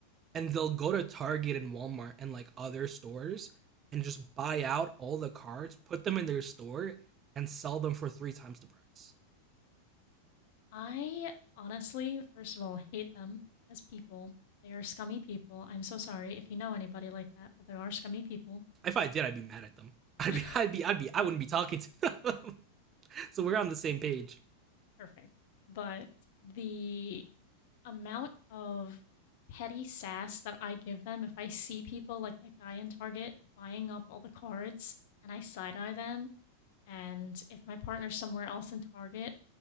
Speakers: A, on the right (about 25°); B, on the left (about 50°).
A: and they'll go to Target and Walmart and like other stores and just buy out all the cards, put them in their store, and sell them for three times the price.
B: I honestly, first of all, hate them as people. They are scummy people. I'm so sorry if you know anybody like that, but they are scummy people.
A: If I did, I'd be mad at them. <laughs> I'd
B: <laughs>
A: be, I'd be, I'd be, I wouldn't be talking to them. <laughs> so we're on the same page.
B: Perfect. But the amount of petty sass that I give them if I see people like that guy in Target buying up all the cards and I side eye them, and if my partner's somewhere else in Target,